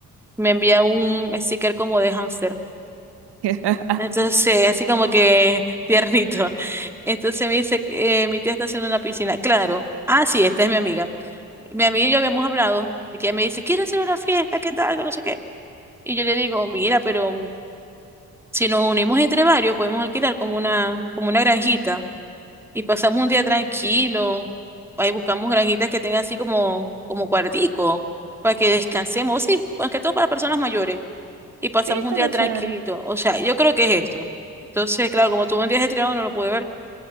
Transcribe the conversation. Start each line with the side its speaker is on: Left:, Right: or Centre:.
Centre: me envía un sticker como de hámster.
Right: <laughs>
Centre: Entonces, así como que <laughs> tiernito. Entonces me dice, que, eh, mi tía está haciendo una piscina. Claro. Ah, sí, esta es mi amiga. Mi amiga y yo habíamos hablado, y que ella me dice, quiero hacer una fiesta, ¿qué tal? Que no sé qué. Y yo le digo, mira, pero si nos unimos entre varios, podemos alquilar como una, como una granjita y pasamos un día tranquilo. Ahí buscamos granjitas que tengan así como, como cuartico, para que descansemos. Sí, más que todo para personas mayores. y pasamos
Right: Sí, estaría
Centre: un día tranquilito.
Right: chévere.
Centre: O sea, yo creo que es esto. Entonces, claro, como tuve un día estriado, no lo pude ver.